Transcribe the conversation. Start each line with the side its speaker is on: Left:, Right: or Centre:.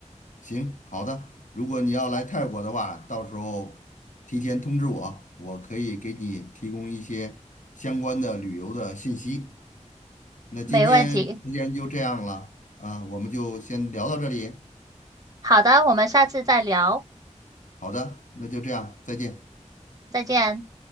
Left: 行，好的。如果你要来泰国的话，到时候提前通知我，我可以给你提供一些相关的旅游的信息。那今天时间就这样了啊，
Right: 没问题。
Left: 我们就先聊到这里。
Right: 好的，我们下次再聊，
Left: 好的，那就这样，再见。
Right: 再见。